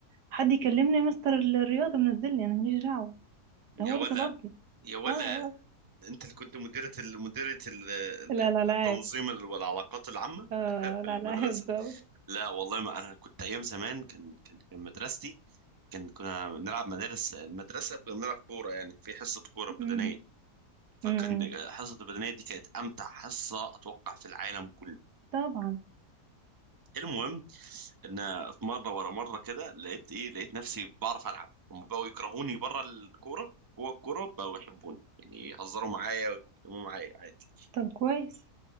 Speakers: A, on the right; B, on the right.
A: حد يكلمني مستر الرياضه منزلني انا ماليش دعوه ده هو
B: يا ولا
A: اللي طلبني
B: يا ولا
A: اه اه
B: انت اللي كنت مديرة ال- مديرة ال- ال-
A: لا لا العاب
B: التنظيم ال- والعلاقات العامة
A: اه
B: <laughs> في
A: الالعاب
B: المدرسة
A: دوت
B: لا والله ما انا كنت ايام زمان كان كان كان مدرستي كان كنا بنلعب مدارس مدرسة كنا بنلعب كورة يعني في حصة كورة بدنية
A: أمم،
B: فكان
A: أمم.
B: حصة البدنية دي كانت امتع حصة اتوقع في العالم كله
A: <laughs> طبعا
B: المهم ان في مرة ورا مرة كده لقيت ايه لقيت نفسي بعرف العب هم بقوا يكرهوني بره الكورة جوه الكورة بقوا يحبوني يعني يهزروا معايا ويتكلموا معايا عادي
A: طب كويس